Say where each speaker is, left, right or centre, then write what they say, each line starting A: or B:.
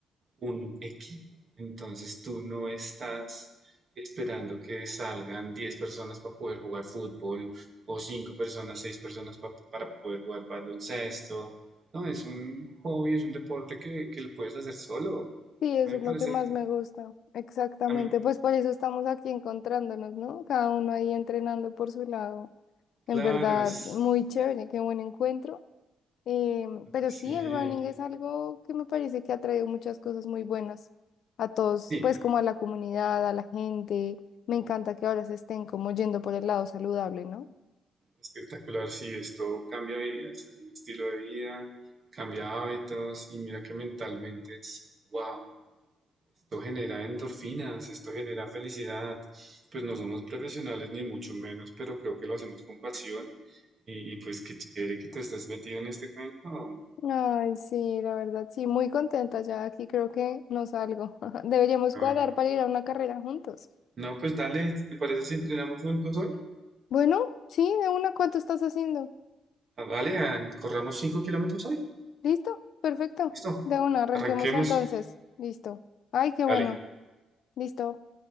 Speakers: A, on the right; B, on the left.
A: un equipo. Entonces tú no estás esperando que salgan 10 personas para poder jugar fútbol o 5 personas, 6 personas pa- para poder jugar baloncesto. No, es un hobby, es un deporte que, que lo puedes hacer solo.
B: Sí, eso
A: A mí
B: es
A: me
B: lo
A: parece,
B: que más me gusta. Exactamente,
A: a mí,
B: pues por eso estamos aquí encontrándonos, ¿no? Cada uno ahí entrenando por su lado.
A: claro,
B: En verdad,
A: es,
B: muy chévere, qué buen encuentro. Eh, pero
A: sí,
B: sí, el running es algo que me parece que ha traído muchas cosas muy buenas a todos,
A: sí,
B: pues como a la comunidad, a la gente. Me encanta que ahora se estén como yendo por el lado saludable, ¿no?
A: espectacular, sí, esto cambia vidas, es un estilo de vida, cambia hábitos y mira que mentalmente es wow. Esto genera endorfinas, esto genera felicidad. Pues no somos profesionales ni mucho menos, pero creo que lo hacemos con pasión. Y, y pues qué chévere que tú estás metido en este cuento.
B: Ay, sí, la verdad, sí, muy contenta ya aquí, creo que no salgo. <laughs> Deberíamos
A: Ah,
B: cuadrar para ir a una carrera juntos.
A: no, pues dale, ¿te parece si entrenamos juntos hoy?
B: Bueno, sí, de una, ¿cuánto estás haciendo?
A: Ah, Dale, ah, corramos 5 kilómetros hoy.
B: ¿Listo? Perfecto.
A: Listo,
B: De una, arranquemos
A: arranquemos.
B: entonces. Listo. Ay, qué bueno.
A: Dale.
B: Listo.